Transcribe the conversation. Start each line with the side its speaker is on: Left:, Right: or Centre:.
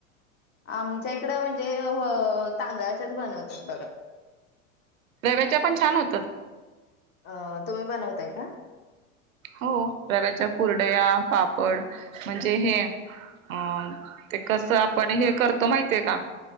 Left: आमच्या इकडं म्हणजे हो तांदळाच्याच बनवतात बघा.
Right: रव्याच्या पण छान होतात.
Left: अ तुम्ही बनवताय का?
Right: हो रव्याच्या कुरडया पापड म्हणजे हे अं ते कसं आपण हे करतो माहितीय का?